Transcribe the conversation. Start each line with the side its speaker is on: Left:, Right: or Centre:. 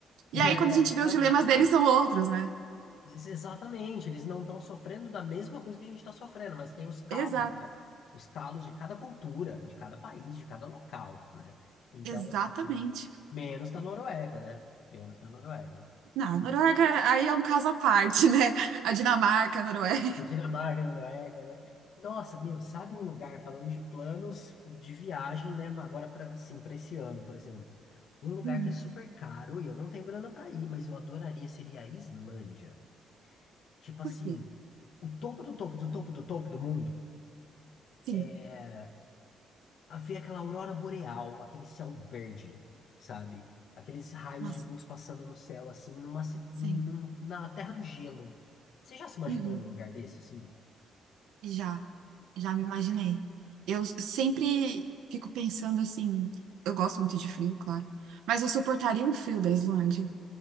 Left: <laughs>
Right: E aí,
Left: É,
Right: quando a gente vê
Left: imagina.
Right: os dilemas deles, são outros, né?
Left: Ex- Exatamente, eles não estão sofrendo da mesma coisa que a gente está sofrendo, mas tem os calos,
Right: Exato.
Left: né? Os calos de cada cultura, de cada país, de cada local, né? Então,
Right: Exatamente.
Left: assim, menos da Noruega, né? Menos da Noruega.
Right: Não, a Noruega aí é um caso à parte, né? A Dinamarca, a Noruega.
Left: Dinamarca, Noruega, né? Nossa, meu, sabe um lugar falando de planos de viagem, né? Agora para assim, para esse ano, por exemplo. Um lugar
Right: Uhum.
Left: que é super caro e eu não tenho grana para ir, mas eu adoraria seria a Islândia. Tipo assim,
Right: Por quê?
Left: o topo do topo do topo do topo do mundo
Right: Sim,
Left: é a ver aquela aurora boreal, aquele céu verde, sabe? Aqueles raios
Right: nossa,
Left: de luz passando no céu, assim, numa, ci-
Right: sim.
Left: num, num- na Terra do Gelo. Você já se imaginou
Right: Uhum.
Left: num lugar desse, assim?
Right: Já, já me imaginei. Eu s- sempre fico pensando assim, eu gosto muito de frio, claro, mas eu suportaria um frio da Islândia?